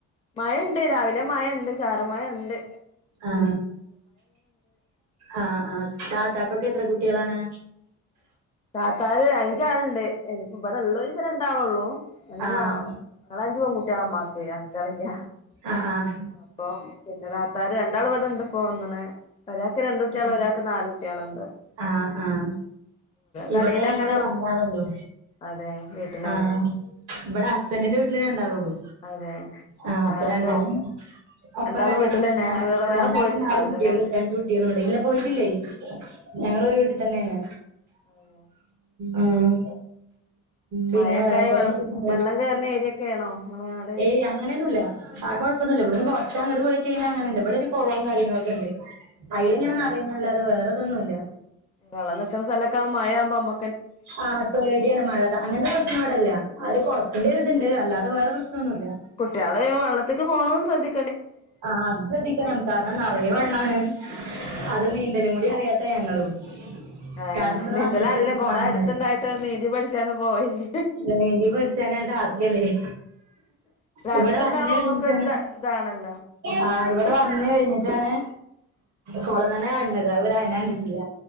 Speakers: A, on the left; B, on the right.
A: മയണ്ട് രാവിലെ മയണ്ട് ചാറൽ മയണ്ട്
B: ആ ആ ആഹ് താത്താക്കൊക്കെ എത്ര കുട്ടിയാളാണ്
A: താത്താര് അഞ്ചാള്ണ്ട് ഇനിപ്പ ഇബടളോര്പ്പോ രണ്ടാളൊള്ളൂ അഞ്ചു
B: ആഹ്
A: ആ ഇങ്ങളഞ്ച് പെകുട്ടിയാളാ ഇമ്മാക്ക് ആകുട്ടൃയാളില്ല
B: ആ ആഹ്
A: അപ്പം പിന്നെ താത്താര് രണ്ടാൾ ഇവിടെ ഇണ്ട് പോ വന്നണ് ഒരാക്ക് രണ്ടുട്ടിയാളും ഒരാക്ക് നാല് കുട്ടിയാളുണ്ട്
B: ആഹ ആഹ്
A: കളിയിലങ്ങനെ
B: ഇവിടെ ഞങ്ങള് രണ്ടാളൊള്ളൂ
A: അതെ വീട്ടിലോ
B: ആഹ് ഇബടെ ഹസ്ബൻ്റിന്റെ വീട്ടില് രണ്ടാളൊള്ളു
A: അതെ
B: ആ അപ്പൊ
A: ആഹ്
B: രണ്ടാളും ഒപ്പം
A: രണ്ടാളും
B: കല്യാണം
A: വീട്ടിലന്നെ
B: കഴിഞ്ഞതാ
A: വേറെ വേറെ
B: രണ്ടാൾക്കും
A: പോയിട്ടുണ്ടാവൂലല്ലേ
B: നാല് കുട്ടിയളും രണ്ട കുട്ടികളും ഉണ്ട് ഇല്ല പോയിട്ടില്ലേയ് ഞങ്ങളൊരു വീട്ടി തന്നെയാണ്
A: അതെ
B: ആഹ് പിന്നെ
A: മഴക്കായി
B: വേറെണ്ടന്വിശേഷം
A: വെള്ള വെള്ളം കേറുന്ന ഏരിയൊക്കെ ആണോ നിങ്ങളെ നാട്
B: ഏയ് അങ്ങനെന്നുല്ല ആാ കുഴപ്പൊന്ന ഇവിടുന്ന്കൊറച്ച അങ്ങട്ട് പോയികയിഞ്ഞാ അങ്ങനെണ്ട് ഇവിടെ ഒരു കെളോം കാര്യങ്ങളൊക്കെണ്ട് അയ്ല്ങ്ങനെ
A: അതെ
B: നറയുംന്നല്ലാതെ വേറെതൊന്നുംല്ല
A: വെള്ളം നിക്ക്ണ സ്ഥലൊക്കെ മഴയാകുമ്പം നമ്മ
B: ആ പേടിയാണ് മഴ അങ്ങനത്തെ പ്രശ്നം ഇവിടെല്ല ഒര് കൊളത്തിന്റെ ഒരിത്ണ്ട് അല്ലാതെ വേറെ പ്രശ് ശ്ണൊന്നുല്ല
A: കുട്ട്യാള് വള്ളത്ത്ക്ക് പോണത് ശ്രദ്ധി
B: ആഹ് അത് ശ്രദ്ധിക്കണം കാരണം നറയെ വെള്ളാണ്
A: വെള്ളാണ്
B: അത് നീന്തലും കൂടി അറിയാത്ത ഞങ്ങളും
A: ആ
B: കാരണം ഇവിടെ
A: നീന്തലറീല
B: വന്നിട്ടല്ലേ ഇത്
A: കൊളം
B: കാൺണെ
A: അട്ത്ത്ണ്ടായിട്ടും നീന്തി പഠിച്ചാനും പോയില്ലേ
B: നീന്തി പഠ്ച്ചാനായ്ട്ട് ആവശ്യംല്ലതെ ഇവിടെ
A: അടുത്തുണ്ടാവുമ്പോ
B: വന്ന് കഴിഞ്ഞിട്ടാണ്
A: നമ്മക്കൊരു ഇത ഇതാണല്ലോ
B: ആ ഇവിടെ വന്ന് കഴിഞ്ഞപ്പളാണ് കൊളംതന്നെ കാണ്ന്നത് അത് വരെ അതെന്നെ കണ്ടിട്ടില്ല